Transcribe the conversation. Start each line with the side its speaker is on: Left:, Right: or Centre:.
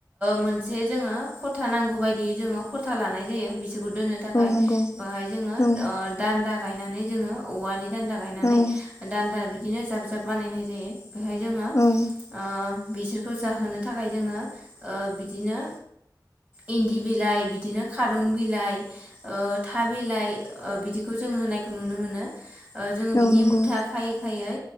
Right: मोनसे जोङो खथा नांगौ बायदियै जोङो ख था लानाय जायो बिसोरखौ दोननो थाखाय
Left: औ नंगौ
Right: बाहाय जोङो
Left: औ
Right: दानदा गायनानै जोङो औवानि दान्दा गायनानै
Left: औ औ
Right: दान्दा बिदिनो जाब जाब बानायनाय जायो। बेहाय जोङो
Left: औ औ
Right: ओ बिसोरखौ जाहोनो थाखाय जोङो बिदिनो इन्दि बिलाइ बिदिनो खारं बिलाइ था बिलाइ बिदिखौ जों होनायखौ नुनो मोनो। ओ जोङो बिदि
Left: औ नंगौ
Right: मुथा खायै खायै